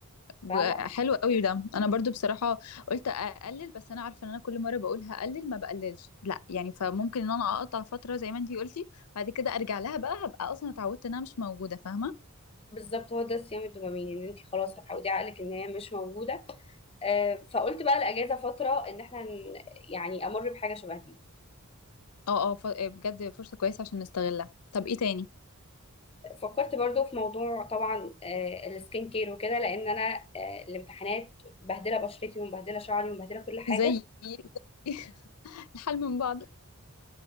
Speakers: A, on the left; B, on the left.
A: ب-
B: فاهمه
A: حلو قوي ده انا برضو بصراحه قلت اقلل بس انا عارفه ان انا كل مره بقول هقلل ما بقللش لا يعني فممكن ان انا اقطع فتره زي ما انتي قلتي بعد كده ارجع لها بقى هبقى اصلا اتعودت انها مش موجوده فاهمه
B: بالظبط هو ده صيام الدوبامين ان انت خلاص هتعودي عقلك ان هي مش موجوده آه، فقلت بقى الاجازه فتره ان احنا ن- يعني امر بحاجه شبه دي
A: اه اه ف- آه، بجد فرصة كويسة عشان نستغلها طب ايه تاني
B: فكرت برضو في موضوع طبعا آه، السكين كير وكده لان انا آه، الامتحانات مبهدله بشرتي ومبهدله شعري ومبهدله كل حاجه
A: زي <laughs> الحل من بعض